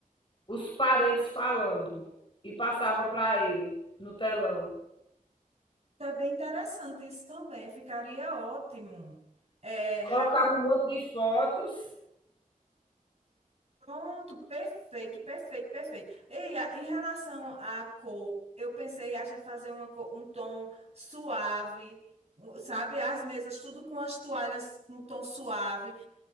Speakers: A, on the left; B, on the right.
A: os parentes falando, e passava para ele no telão.
B: é bem interessante isso também, ficaria ótimo. É, Raquel
A: Colocava um monte de fotos
B: Pronto, perfeito, perfeito, perfeito. E a- em relação à cor, eu pensei a gente fazer uma cor- um tom suave, um- sabe? As mesas tudo com as toalhas com tom suave,